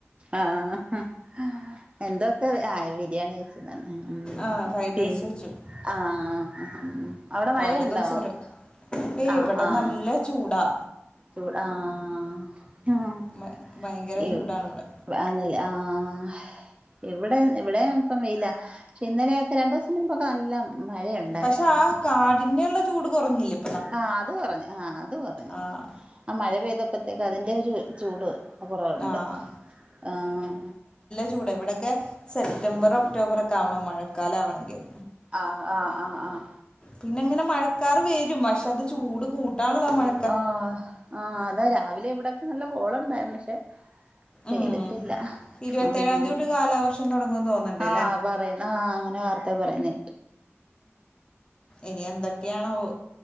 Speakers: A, on the right; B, on the left.
A: ആഹ് എന്തൊക്കെ ആഹ് ബിരിയാണിയായി ഹ്മ്മ്
B: ആഹ് ഫ്രൈഡ്
A: പിൻ
B: റൈസ് വെച്ചു
A: ആഹ് ഹ്മ്മ് അവ്ടെ മഴണ്ടോ
B: ഓരോ ദിവസം ഓരോ ഏയ്
A: ആഹ്
B: ഇവിടെ
A: ആഹ്
B: നല്ല ചൂടാ
A: ചൂ ആഹ്
B: ഭ
A: <inaudible>
B: ഭയങ്കര
A: ഇവ്
B: ചൂടാണ് ഇവിടെ
A: ആന്ന്ല്ലേ ആഹ് ഇവ്ടെ ഇവടെ ഇപ്പം വെയിലാ ക്ഷെ ഇന്നലെയൊക്കെ രണ്ടൂസം മുൻമ്പൊക്കെ നല്ല മഴയുണ്ടായിരുന്നു
B: പക്ഷെ ആ കാഠിന്യള്ള ചൂട് കൊറഞ്ഞില്ലേ
A: ആഹ് അത് കൊറഞ്ഞ് ആഹ് കൊറഞ്ഞ്
B: ആഹ്
A: ആ മഴ പെയ്തപ്പത്തേക്ക് അതിന്റെ ഒരു ചൂട് ഇപ്പൊ കൊറവ്ണ്ട്
B: ആഹ്
A: ആഹ്.
B: ചൂട് ഇവടൊക്കെ സെപ്റ്റംബറ് ഒക്ടോബറൊക്കെ ആവണം മഴക്കാലം ആവണെങ്കിൽ
A: ആഹ് ആഹ് ആഹ് ആഹ്
B: പിന്നെങ്ങനെ മഴക്കാറ് വെരും പക്ഷെ അത് ചൂട് കൂട്ടാൻള്ള മഴ
A: ആഹ് ആഹ് അതാ രാവിലെ ഇവടക്കെ നല്ല കോളുണ്ടായിരുന്നു പക്ഷെ പെയ്തിട്ടില്ല
B: ഉം ഇരുപത്തേഴാം
A: ആഹ്
B: തീയതി തൊട്ട് കാലാവർഷം തുടങ്ങുന്ന് തോന്നുന്നുണ്ട്ല്ലേ
A: ആഹ് പറയാം ആഹ് അങ്ങനെ വാർത്തെ പറയ്ണെ
B: ഇനി എന്തൊക്കെയാണാവോ,